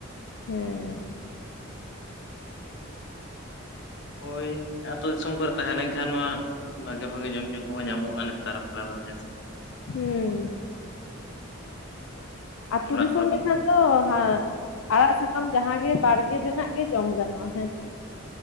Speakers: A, on the left; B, on the left.
A: ᱦᱮᱸ,
B: ᱦᱳᱭ ᱟᱹᱛᱩᱳ ᱫᱤᱥᱚᱢ ᱠᱚᱨᱮ ᱛᱟᱦᱮᱸ ᱞᱮᱱᱠᱷᱟᱱ ᱢᱟ ᱵᱷᱟᱜᱮ ᱵᱷᱟᱜᱮ ᱡᱚᱢᱼᱧᱩ ᱠᱚᱦᱚᱸ ᱧᱟᱢᱚᱜᱼᱟ ᱱᱮᱛᱟᱨ ᱵᱟᱠᱷᱨᱟ ᱫᱚ ᱦᱮᱸᱥᱮ ᱵᱟᱝ?
A: ᱦᱩᱸ ᱟᱹᱛᱩ
B: ᱚᱲᱟᱜ
A: ᱫᱤᱥᱚᱢ
B: ᱠᱚᱨᱮ ᱵᱚᱱ
A: ᱨᱮ ᱠᱷᱟᱱ ᱫᱚ ᱦᱟᱜ ᱟᱲᱟᱜ ᱥᱟᱠᱟᱢ ᱡᱟᱦᱟᱸ ᱜᱮ ᱵᱟᱲᱜᱮ ᱨᱮᱱᱟᱜ ᱜᱮ ᱡᱚᱢ ᱜᱟᱱᱚᱜᱼᱟ, ᱦᱮᱸᱥᱮ